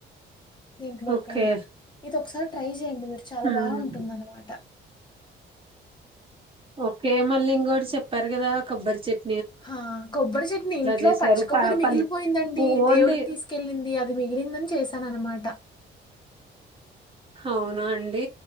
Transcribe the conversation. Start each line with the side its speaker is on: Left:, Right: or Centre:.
Left: దీంట్లో
Right: ఓకే.
Left: కానీ ఇది ఒకసారి ట్రై చే మీరు చాలా
Right: హ్మ్.
Left: బాగుంటుంద అనమాట
Right: ఓకే మళ్ళీ ఇంగోటి చెప్పారు కదా కొబ్బరి చెట్
Left: ఆ కొబ్బరి చట్ని ఇంట్లో
Right: చేశారు
Left: పచ్చ కొబ్బరి
Right: ప
Left: మిగిలిపోయిందండి
Right: పల్ ఓన్లీ
Left: దేవుడికి తీసుకెళ్ళింది అది మిగిలిందని చేశాన అనమాట
Right: అవునా అండి